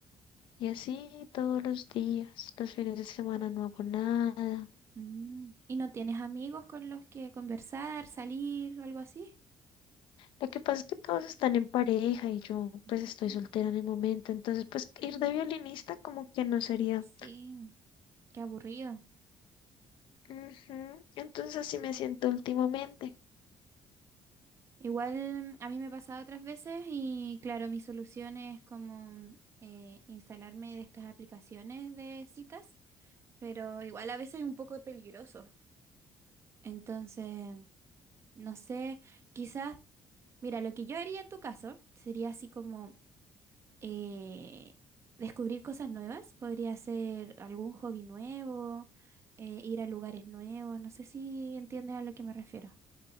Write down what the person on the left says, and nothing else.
Y así todos los días, los fines de semana no hago nada.
Lo que pasa es que todos están en pareja y yo
pues estoy soltera en el momento, entonces pues ir de violinista como que no sería.
Ujú, Entonces así me siento últimamente.